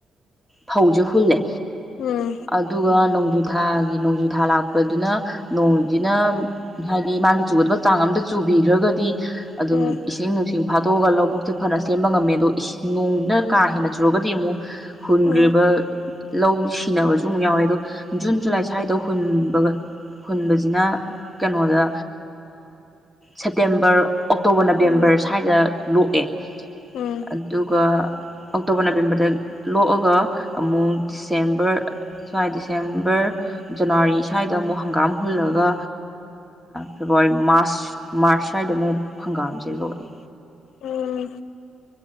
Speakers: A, in the centre; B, on the left.
A: ꯐꯧꯁꯦ ꯍꯨꯜꯂꯦ
B: ꯎꯝ
A: ꯑꯗꯨꯒ ꯅꯣꯡꯖꯨꯊꯥꯒꯤ ꯅꯣꯡꯖꯨꯊꯥ ꯂꯥꯛꯄꯗꯨꯅ ꯅꯣꯡꯨꯁꯤꯅ ꯍꯥꯏꯗꯤ ꯃꯥꯒꯤ ꯆꯨꯒꯗꯕ ꯍꯛꯆꯥꯡ ꯑꯝꯇ ꯆꯨꯕꯤꯈ꯭ꯔꯒꯗꯤ ꯑꯗꯨꯝ
B: ꯎꯝ
A: ꯏꯁꯤꯡ ꯅꯨꯡꯁꯤꯡ ꯐꯥꯠꯇꯣꯛꯑꯒ ꯂꯧꯕ ꯦ ꯐꯅ ꯁꯦꯝꯕ ꯉꯝꯃꯦ ꯑꯗꯣ ꯅꯣꯡꯅ ꯀꯥ ꯍꯦꯟꯅ ꯆꯨꯔꯒꯗꯤ ꯑꯃꯨꯛ ꯍꯨꯟꯈ꯭ꯔꯤꯕ
B: ꯎꯝ
A: ꯂꯧ ꯁꯤꯅꯕꯁꯨ ꯑꯃꯨꯛ ꯌꯥꯎꯋꯦ ꯑꯗꯣ ꯖꯨꯟ ꯖꯨꯂꯥꯏ ꯁ꯭ꯋꯥꯏꯗ ꯍꯨꯟꯕꯒ ꯍꯨꯟꯕꯁꯤꯅ ꯀꯩꯅꯣꯗ ꯁꯦꯞꯇꯦꯝꯕꯔ ꯑꯣꯛꯇꯣꯕꯔ ꯅꯕꯦꯝꯕꯔ
B: ꯎꯝ
A: ꯁ꯭ꯋꯥꯏꯗ ꯂꯣꯛꯑꯦ
B: ꯎꯝ
A: ꯑꯗꯨꯒ ꯑꯣꯛꯇꯣꯕꯔ ꯅꯕꯦꯝꯕꯔꯗ ꯂꯣꯛꯑꯒ ꯑꯃꯨꯛ ꯗꯤꯁꯦꯝꯕꯔ ꯁ꯭ꯋꯥꯏ ꯗꯤꯁꯦꯝꯕꯔ ꯖꯅꯋꯥꯔꯤ ꯁ꯭ꯋꯥꯏꯗ ꯑꯃꯨꯛ ꯍꯪꯒꯥꯝ ꯍꯨꯜꯂꯒ ꯐꯦꯕꯋꯥꯔꯤ ꯃꯥꯔꯁ ꯃꯥꯔꯁ ꯁ꯭ꯋꯥꯏꯗ ꯑꯃꯨꯛ ꯍꯪꯒꯥꯝꯁꯦ ꯂꯣꯛꯑꯦ
B: ꯎꯝ